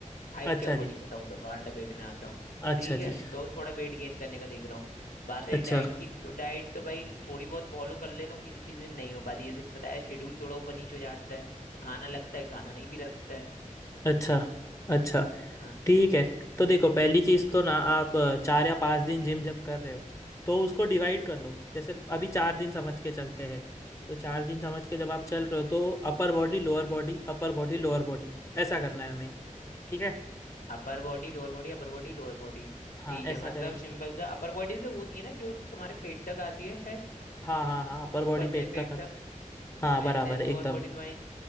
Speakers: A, on the left (about 80°); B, on the left (about 20°).
A: हाइट
B: अच्छा
A: के अकॉर्डिंग
B: जी
A: बताऊं तो अंडर वेट में आता हूँ
B: अच्छा
A: ठीक
B: जी
A: है तो थोड़ा वेट गेन करने का देख रहा हूँ बात रही
B: अच्छा
A: डाइट की तो डाइट तो भाई थोड़ी बहुत फॉलो कर लेता हूँ किसी किसी दिन नहीं हो पाती जैसे बताया शेड्यूल थोड़ा ऊपर नीचे हो जाता है तो खाना लगता है खाना नहीं भी लगता है
B: अच्छा अच्छा
A: हाँ
B: ठीक है तो देखो पहली चीज तो ना आप अ, चार या पांच दिन जिम जब कर रहे हो तो उसको डिवाइड कर लो जैसे अभी चार दिन समझ के चलते हैं तो चार दिन समझ के जब आप चल रहे हो तो upper body lower body upper body lower body ऐसा करना है हमें ठीक है
A: Upper body lower body upper body lower body
B: हाँ
A: ठीक है
B: ऐसा
A: मतलब
B: करेंगे
A: सिंपल सा अपर बॉडी तो वो होती है ना जो तुम्हारे पेट तक आती है शायद
B: हाँ हाँ हाँ अपर बॉडी
A: ऊपर
B: पेट
A: से पेट
B: तक आते
A: तक
B: हाँ
A: एंड
B: बराबर
A: देन
B: है
A: लोअर
B: एकदम
A: बॉडी तुम्हारी